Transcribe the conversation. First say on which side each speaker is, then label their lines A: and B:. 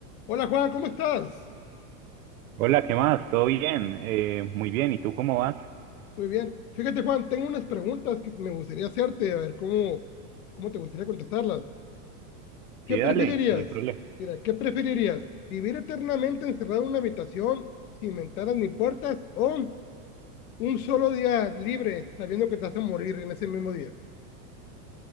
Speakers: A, on the left; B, on the right.
A: Hola Juan, ¿cómo estás?
B: Hola, ¿qué más? ¿Todo bien? Eh, muy bien, ¿y tú cómo vas?
A: Muy bien. Fíjate Juan, tengo unas preguntas que me gustaría hacerte, a ver cómo, cómo te gustaría contestarlas. ¿Qué
B: Sí,
A: preferirías?
B: dale, no hay problema.
A: Mira, ¿qué preferirías? ¿Vivir eternamente encerrado en una habitación sin ventanas ni puertas o un solo día libre sabiendo que te vas a morir en ese mismo día?